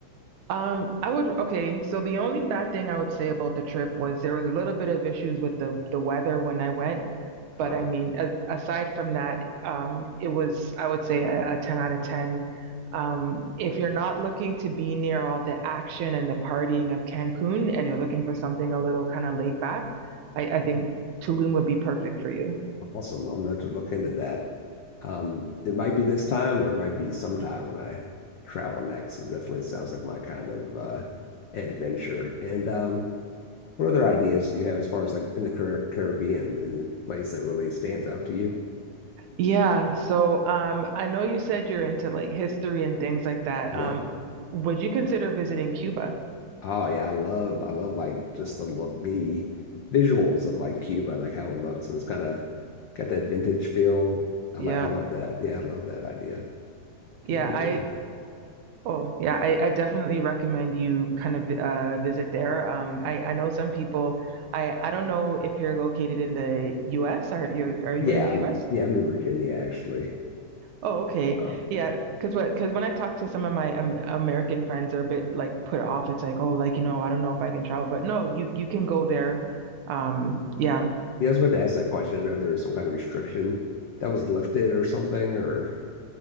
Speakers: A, on the right (about 80°); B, on the left (about 80°).
A: Um, I would okay. So the only bad thing I would say about the trip was there was a little bit of issues with the the weather when I went but
B: Oh,
A: I mean, a, aside from that, um, it was, I would say, a, a 10 out of 10. Um, if you're not looking to be near all the action and the partying of Cancun and you're looking for something a little kind of laid back, I, I think Tulum would be perfect for you.
B: awesome. I'm gonna have to look into that. Um, it might be this time or it might be sometime when I travel next. It definitely sounds like my kind of uh adventure. And um What other ideas do you have as far as like in the Car- Caribbean, any place that really stands out to you?
A: Yeah. So um, I know you said you're into like history and things like that.
B: Yep.
A: Um, would you consider visiting Cuba?
B: Oh yeah, I love I love like just the look, the visuals of like Cuba and like how it looks and it's kind of got that vintage feel. I
A: Yeah.
B: like I love that. Yeah, I love that idea.
A: Yeah.
B: That'd be
A: I
B: uh
A: Oh, yeah, I, I definitely recommend you kind of uh, visit there. Um, I, I know some people, I, I don't know if you're located in the US. Are you are you
B: yeah,
A: in the
B: I'm
A: US?
B: yeah, I'm in Virginia actually.
A: Oh, okay.
B: Oh.
A: Yeah, because what because when I talk to some of my um, American friends, they're a bit like put off. It's like, oh, like you know, I don't know if I can travel, but no, you you can go there. Um, yeah.
B: Yeah, I was about to ask that question. I know if there was some kind of restriction that was lifted or something or